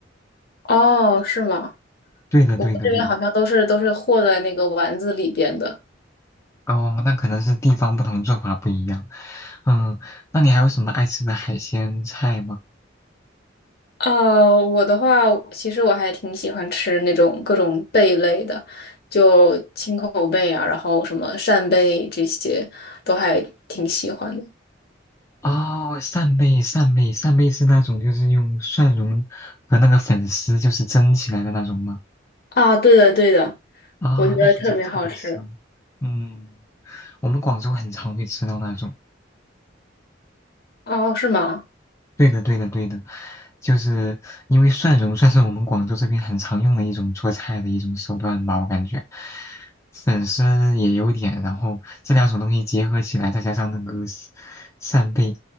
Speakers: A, on the left; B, on the left.
A: 哦，是吗？
B: 对的，
A: 我们这边好像都是都是和在那个丸子里边的。
B: 对的，对的。哦，那可能是地方不同，做法不一样。嗯，那你还有什么爱吃的海鲜菜吗？
A: 呃，我的话，其实我还挺喜欢吃那种各种贝类的，就青口贝啊，然后什么扇贝这些，都还挺喜欢的。
B: 哦，扇贝，扇贝，扇贝是那种就是用蒜蓉和那个粉丝就是蒸起来的那种吗？
A: 啊，对的，对的，
B: 啊、
A: 我觉得特别好吃。
B: 那种真的特别香。嗯，我们广州很常会吃到那种。
A: 哦，是吗？
B: 对的，对的，对的，就是因为蒜蓉算是我们广州这边很常用的一种做菜的一种手段吧，我感觉粉丝也有点，然后这两种东西结合起来，再加上那个扇扇贝，